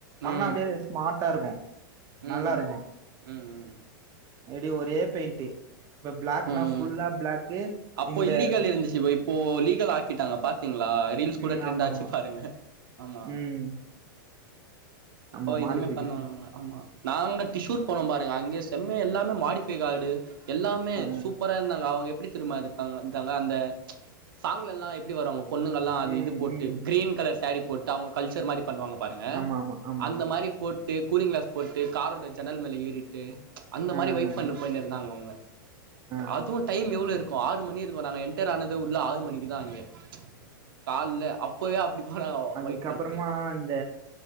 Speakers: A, on the right; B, on the right.
A: பண்ணா
B: ம்
A: அப்டே ஸ்மார்ட்டா இருக்கு
B: ம்
A: நல்லா இருக்கு
B: ம் ம் ம்
A: எப்டி ஒரே பெயிண்ட்டு இப்ப பிளாக்குனா
B: ம்
A: ஃபுல்லா பிளாக்கு
B: அப்போ
A: இந்த
B: இல்லீகல் இருந்துச்சு போ இப்போ லீகல் ஆ கிட்டாங்க பாத்தீங்ளா ரீல்ஸ் கூட
A: ம்
B: ட்ரெண்டாச்சு
A: ஆமா ஆமா
B: பாருங்க ஆமா
A: ம்
B: இப்போ
A: ஆமா மாடிஃபிகேஷன்
B: இதுமே பண்ணுவாங்கங்க ஆமா நாங்க டிஷூயுர் போனோ பாருங்க அங்க செம்மையா எல்லாமே மாடிஃபை கார்டு எல்லாமே
A: ஆ
B: சூப்பராருந்தாங்க அவங்க எப் எப்டிதெரிமா இருப்பாங் வச்சாங்க அந்த <unintelligible> சாங்லலா எப்டி வருவாங்க பொண்ணுங்கல்லா அது
A: ம்
B: இது போட்டு
A: ம்
B: கிரீன் கலர் சாரீ போட்டு அவங்க கல்ச்சர் மாரி பண்ணுவாங்க பாருங்க
A: ஆமா ஆமா ஆமா
B: அந்த மாரி போட்டு கூலிங் கிளாஸ் போட்டு காரோட ஜன்னல் மேல ஏறிட்டு அந்த
A: ஆ
B: மாரி வைப்
A: ஆ ஆ
B: பண்ட்டு போயினுருந்தாங்க அவுங்க
A: ஆ ஆ
B: அதுவு டைம் எவ்ள இருக் கு ஆறு மணிருக்கு நாங்க என்ட்டர் ஆனது உள்ள ஆறு மணிக்கு தா அங்க <inaudible> கால்ல அப்பவே அப்டி போனாங்க
A: அதுக்கப்றமா
B: வைப் பண்ட்டு
A: இந்த